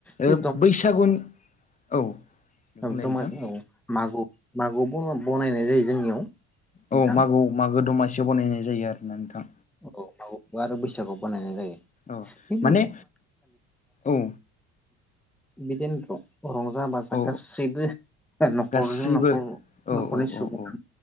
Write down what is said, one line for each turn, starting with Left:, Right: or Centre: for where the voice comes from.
Centre: बे
Left: ओ बैसागुनि औ
Centre: औ
Left: बुंलाय
Centre: दमासि
Left: नोंथां
Centre: औ मागु मागो आव बन बनायनाय जायो जोंनियाव, नोंथां
Left: औ मागौ आव मागो दमासि, से बनायनाय जायो आरोना नोंथां,
Centre: औ मागोआव आरो बैसागुआव बानायनाय जायो,
Left: औ
Centre: बे
Left: माने औ
Centre: बिदिनोथ' रंजा बाजा
Left: औ
Centre: गासैबो, न'खरजों
Left: गासैबो
Centre: न'खर
Left: औ
Centre: न'खरनि
Left: औ
Centre: सुबुंआ
Left: औ औ